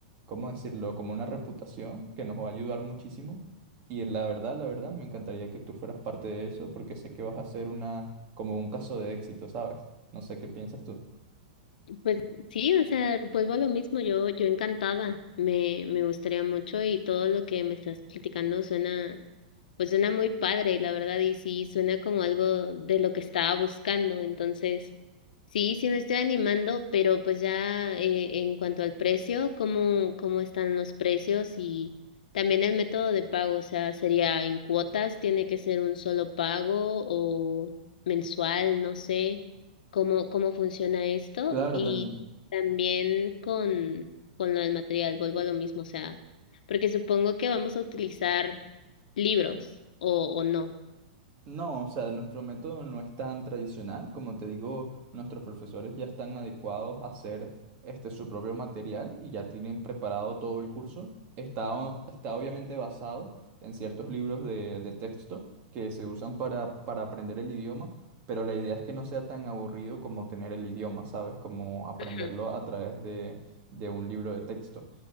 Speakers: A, on the right; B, on the left.
A: ¿cómo decirlo? Como una reputación que nos va a ayudar muchísimo. Y la verdad, la verdad, me encantaría que tú fueras parte de eso, porque sé que vas a hacer una como un caso de éxito, ¿sabes? No sé qué piensas tú.
B: Pues sí, o sea, vuelvo a lo mismo, yo, yo encantada, me, me gustaría mucho y todo lo que me estás platicando suena pues suena muy padre, la verdad, y sí, suena como algo de lo que estaba buscando. Entonces, sí, sí me estoy animando, pero pues ya eh, en cuanto al precio, ¿cómo, cómo están los precios y también el método de pago? O sea, ¿sería en cuotas? ¿Tiene que ser un solo pago o mensual? No sé cómo, cómo funciona esto.
A: Claro,
B: Y
A: Dani.
B: también con, con lo del material, vuelvo a lo mismo, o sea, porque supongo que vamos a utilizar libros o, o no.
A: No, o sea, nuestro método no es tan tradicional. Como te digo, nuestros profesores ya están adecuados a hacer este, su propio material y ya tienen preparado todo el curso. Está, o- está obviamente basado en ciertos libros de, de texto que se usan para, para aprender el idioma, pero la idea es que no sea tan aburrido como tener el idioma, ¿sabes? Como aprenderlo
B: Ujú.
A: a través de, de un libro de texto.